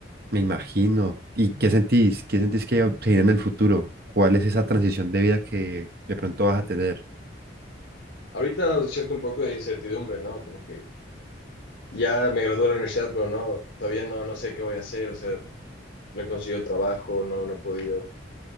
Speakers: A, on the right; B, on the left.
A: me imagino. ¿Y qué sentís? ¿Qué sentís que se viene en el futuro? ¿Cuál es esa transición de vida que de pronto vas a tener?
B: Ahorita cierto un poco de incertidumbre, ¿no? Como que ya me gradué de la universidad, pero no, todavía no, no sé qué voy a hacer, o sea, no he conseguido trabajo, no, no he podido.